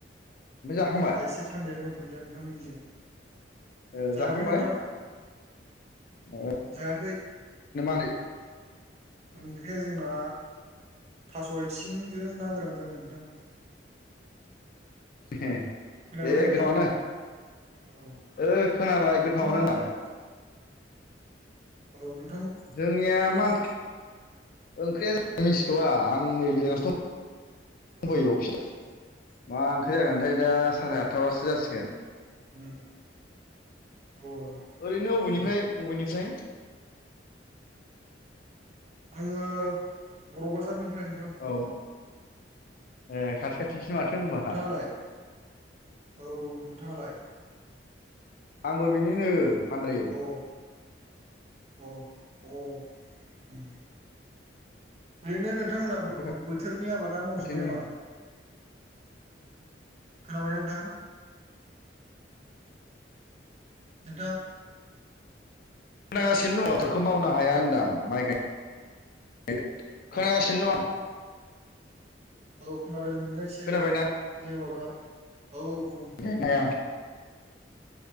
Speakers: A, on the left (about 50°); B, on the right (about 35°).
A: जाखांबाय
B: होमबा एसे थान्दायानो दंथ'योदा नोंथांमोननिजों?
A: ओ
B: जायाखै
A: जाखांबाय?
B: नोंथां
A: ओ
B: जायाखै
A: <unintelligible>
B: ओंख्रिया जोंना थास' आथिंजों ना गोरान जागोन नोंथां।
A: <unintelligible>
B: खोनाबायना
A: ए
B: नोंथां
A: गोथावनो
B: औ
A: ओ खोनाबाय
B: नोंथांमोनालाय
A: गोथावावनो होनदां
B: औ नो
A: जोंनिया मा ओंख्रि ओंख्रिया जों मिथिथ'वा आंनि बेलेगावसो दं।
B: औ
A: फैयो अफिस मा ओंख्रि जागोनथाय
B: अ
A: दा साराय आतथाबासो जासिगोन
B: उम अ
A: ओरैनो बबेनिफ्राय
B: उम
A: अबेनिफ्राय
B: आङो बर' बाजारनिफ्राय नोंथां।
A: औ ए खाथि खाथिसो माथो होनबा
B: नोंथाङालाय औ औ नोंथाङालाय।
A: आंबो बिनिनो <unintelligible>
B: अ अ अ उम <inaudible> नोंथांमोना <unintelligible>
A: खाथि
B: बोथोरनि आबादा
A: खाथिनि
B: मावजोबबाय नामा? खोनाबाय ना नोंथां? नोंथां।
A: <unintelligible> खोनागासिनो दङ।
B: अ औ खोनादों नोंना एसे
A: खोनाबायना
B: नेटवार्कआ औ औ बुं।
A: गायनो हाया